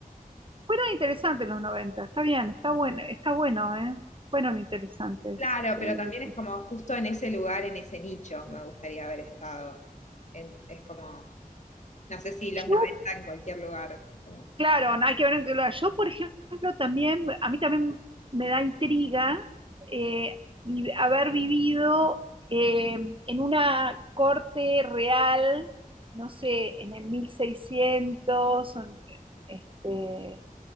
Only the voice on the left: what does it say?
Claro,
pero
también es como justo en ese lugar, en ese nicho, me gustaría haber estado. En- es como No sé si los
90 en cualquier lugar. como-